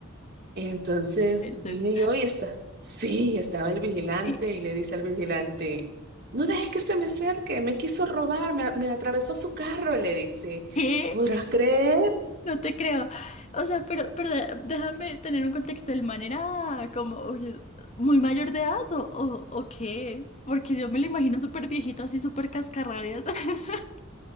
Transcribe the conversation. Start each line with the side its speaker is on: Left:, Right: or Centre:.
Right: Entonces
Left: ser.
Right: vine yo y está. Sí, estaba el vigilante
Left: ¿Qué?
Right: y le dice al vigilante, no dejes que se me acerque, me quiso robar, me, a- me atravesó su carro, le dice.
Left: ¿Qué?
Right: ¿Podrás creer? <laughs>
Left: No te creo. O sea, pero, pero de- déjame tener un contexto. ¿El man era como oye, muy mayor de edad o, o, o qué? Porque yo me lo imagino súper viejito, así súper cascarrabias. <laughs>